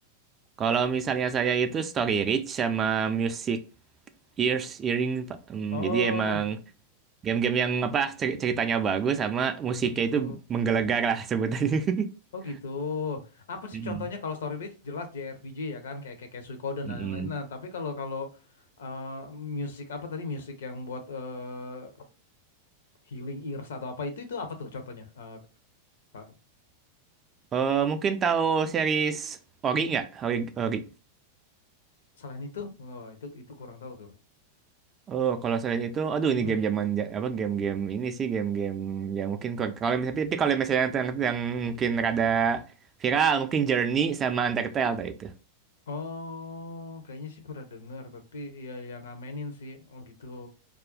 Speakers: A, on the right; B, on the left.
A: kalau misalnya saya itu story rich sama music ears earring Pak. Hmm,
B: Oh,
A: jadi emang game-game yang apa cer- ceritanya bagus sama musiknya
B: oh gitu.
A: itu menggelegar lah sebutannya <laughs>
B: Oh gitu. Apa sih
A: Mm-mm.
B: contohnya kalau story rich jelas JRPG ya kan kayak kayak, kayak Suikoden
A: Mm-mm.
B: dan lain-lain. Nah, tapi kalau kalau eh musik apa tadi musik yang buat eh healing ears atau apa itu itu apa tuh contohnya? Eh, Kak,
A: Eh, mungkin tahu series Ori nggak Ori, Ori.
B: selain itu, wah, itu itu kurang tahu tuh.
A: Oh, kalau selain itu, aduh
B: Mm-mm.
A: ini game zaman ja- apa game-game ini sih game-game yang mungkin kalau kalau misalnya tapi kalau misalnya yang, yang, yang mungkin rada viral mungkin Journey sama Undertale tadi itu.
B: Oh, kayaknya sih pernah dengar tapi ya ya nggak mainin sih. Oh gitu.